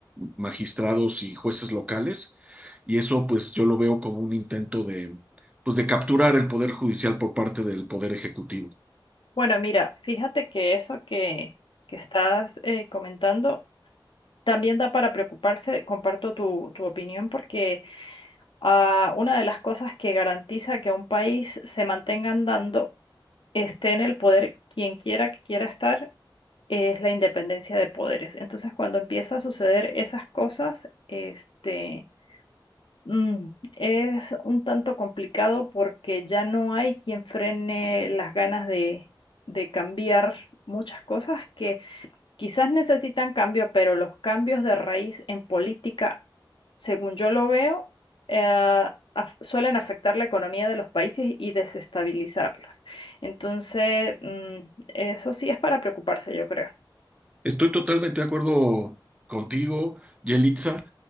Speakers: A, on the right; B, on the left.
A: magistrados y jueces locales, y eso pues yo lo veo como un intento de, pues, de capturar el Poder Judicial por parte del Poder Ejecutivo.
B: Bueno, mira, fíjate que eso que, que estás eh, comentando. También da para preocuparse, comparto tu, tu opinión, porque ah, una de las cosas que garantiza que un país se mantenga andando, esté en el poder quien quiera que quiera estar, es la independencia de poderes. Entonces, cuando empieza a suceder esas cosas, este, mm, es un tanto complicado porque ya no hay quien frene las ganas de, de cambiar muchas cosas que... Quizás necesitan cambio, pero los cambios de raíz en política según yo lo veo, eh, af- suelen afectar la economía de los países y desestabilizarlos. Entonces, mm, eso sí es para preocuparse, yo creo.
A: Estoy totalmente de acuerdo contigo, Yelitza.